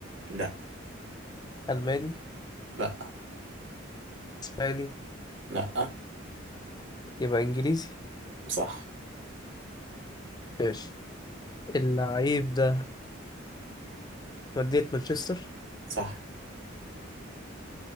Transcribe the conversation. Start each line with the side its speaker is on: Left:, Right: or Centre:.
Right: لا
Left: ألماني
Right: لا
Left: إسباني
Right: لا
Left: يبقى إنجليزي
Right: صح
Left: ماشي اللعيب ده مدينة مانشستر
Right: صح